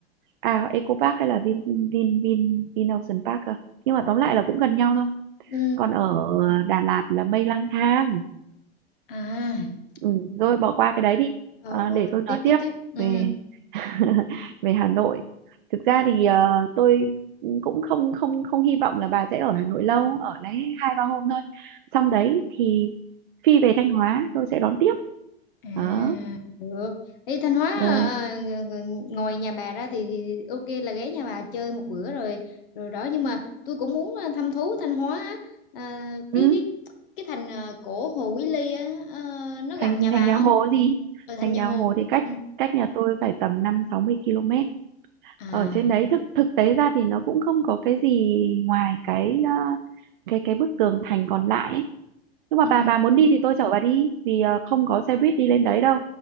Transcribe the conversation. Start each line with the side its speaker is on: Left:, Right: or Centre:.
Right: à Eco Park hay là Vin Vin Vin Vin Ocean Park à? nhưng mà tóm lại là cũng gần nhau thôi
Left: ừ
Right: còn ở Đà Lạt là Mây Lang Thang
Left: à
Right: ừ, rồi bỏ qua cái đấy đi
Left: ờ,
Right: à,
Left: ờ,
Right: để
Left: ờ,
Right: tôi nói
Left: tiếp
Right: tiếp
Left: tiếp tiếp ừ
Right: về <laughs> về Hà Nội thực ra thì ờ, tôi cũng không không không hy vọng là bà sẽ ở Hà Nội lâu ở lấy hai ba hôm thôi xong đấy thì phi về Thanh Hóa tôi sẽ đón tiếp
Left: À,
Right: đó
Left: được. Đi Thanh Hóa
Right: rồi
Left: à, ng- ng- ngoài nhà bà ra thì, thì thì ok là ghé nhà bà chơi một bữa rồi rồi đó nhưng mà tôi cũng muốn à, thăm thú Thanh Hóa á. à, cái
Right: ừ.
Left: cái cái thành à, cổ Hồ Quý Ly á à, nó
Right: thành
Left: gần nhà bà
Right: thành nhà
Left: không?
Right: Hồ gì
Left: Ở thành
Right: thành
Left: nhà
Right: nhà
Left: Hồ.
Right: Hồ thì cách
Left: Ừ.
Right: cách nhà tôi phải tầm năm sáu mươi km
Left: À,
Right: ở trên đấy thực thực tế ra thì nó cũng không có cái gì ngoài cái ờ, cái cái bức tường thành còn lại ấy. nhưng mà
Left: ừ.
Right: bà bà muốn đi thì tôi chở bà đi vì ờ, không có xe buýt đi lên đấy đâu